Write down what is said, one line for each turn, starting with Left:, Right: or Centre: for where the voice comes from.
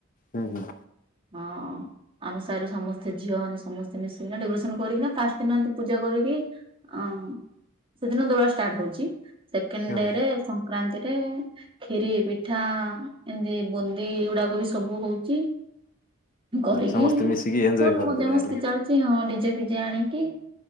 Left: ହୁଁ ହୁଁ।
Right: ହଁ ଆମ ସାହିର ସମସ୍ତେ ଝିଅ ମାନେ ସମସ୍ତେ ମିଶିକିନା ଡେକୋରେସନ କରିକିନା ଫାଷ୍ଟ ଦିନ ଏମତି ପୂଜା କରିକି ଅ ସେଦିନ ଦୋଳା ଷ୍ଟାର୍ଟ ହଉଛି। ସେକେଣ୍ଡ
Left: ହଁ।
Right: ଡେ ରେ ସଂକ୍ରାନ୍ତିରେ ଖିରି ପିଠା ଏମତି ବୁନ୍ଦି ଏଗୁଡାକ ବି ସବୁ ହଉଛି। କରିକି
Left: ସମସ୍ତେ ମିଶିକି ଏଞ୍ଜୟ
Right: ଫୁଲ୍
Left: କରନ୍ତି
Right: ମଜା
Left: ତାହେଲେ।
Right: ମସ୍ ସ୍ତି ଚାଲିଛି ହଁ ଡିଜେ ଫିଜେ ଆଣିକି